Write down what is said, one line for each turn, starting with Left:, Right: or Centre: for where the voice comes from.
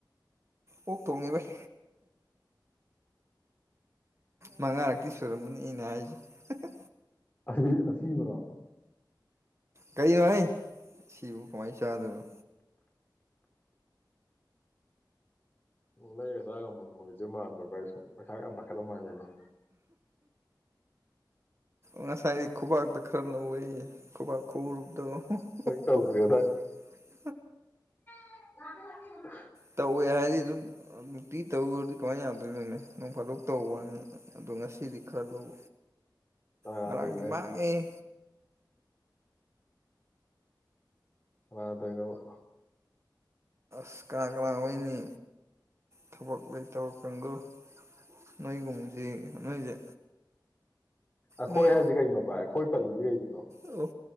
Right: ꯑꯣꯛ ꯊꯣꯡꯉꯦ ꯚꯥꯏ ꯃꯉꯥꯔꯛꯇꯤ ꯁꯨꯔꯝꯃꯅꯤ ꯑꯩꯅ ꯍꯥꯏꯁꯤ ꯍ ꯍ
Left: ꯑꯁꯤꯗꯤ ꯑꯁꯤꯕꯔꯣ
Right: ꯀꯩꯅꯣꯍꯩ ꯑꯁꯤꯕꯕꯨ ꯀꯃꯥꯏꯅ ꯆꯥꯗꯣꯏꯅꯣ
Left: ꯂꯩꯔ ꯆꯥ ꯉꯃꯝꯃꯣꯏꯗꯣꯏ ꯃꯥꯟꯕ꯭ꯔꯣ ꯕꯥꯏ ꯁꯨꯝ ꯄꯩꯁꯥꯒ ꯌꯥꯝ ꯄꯥꯏꯈꯠꯂꯕ ꯃꯥꯜꯂꯦꯅꯦ
Right: ꯉꯁꯥꯏꯗꯤ ꯈꯨꯕꯥꯛꯇ ꯈꯔ ꯂꯧꯋꯦ ꯈꯨꯕꯥꯛ ꯈꯨꯔꯨꯞꯗꯣ ꯍꯝ ꯍꯝ
Left: ꯍꯣꯏ ꯇꯧꯗ꯭ꯔꯦ
Right: ꯍꯝ
Left: ꯑꯦ ꯂꯥꯛꯀꯦ ꯂꯥꯛꯀꯦ ꯃꯃꯥ
Right: ꯇꯧꯋꯦ ꯍꯥꯏꯗꯤ ꯑꯗꯨꯝ ꯅꯨꯡꯇꯤ ꯇꯧꯔꯗꯤ ꯀꯃꯥꯏꯅ ꯌꯥꯗꯣꯏꯅꯣꯅꯦ ꯅꯣꯡ ꯐꯥꯗꯣꯛ ꯇꯧꯕꯋꯥꯅꯤ ꯑꯗꯣ ꯉꯁꯤꯗꯤ ꯈꯔ ꯂꯧ
Left: ꯀꯅꯥ
Right: ꯉꯔꯥꯡꯗꯤ
Left: ꯇꯧꯔꯤꯅꯣ ꯍꯥꯏꯁꯦ
Right: ꯃꯥꯡꯉꯦꯍꯦ
Left: ꯀꯅꯥꯒ ꯇꯧꯔꯤꯅꯣꯕ
Right: ꯁꯥ ꯀꯅꯥ-ꯀꯅꯥ ꯑꯣꯏꯅꯤ ꯊꯕꯛ ꯂꯩꯇꯕ ꯀꯥꯡꯒꯨ ꯅꯣꯏꯒꯨꯝꯕꯖꯤ ꯅꯣꯏꯁꯦ
Left: ꯑꯩꯈꯣꯏ
Right: ꯅꯣꯏ
Left: ꯍꯥꯏꯁꯤ ꯀꯩꯅꯣ ꯕꯥꯏ ꯑꯩꯈꯣꯏ ꯄꯜꯂꯤꯁꯤ ꯀꯩꯒꯤꯅꯣ
Right: ꯑꯣ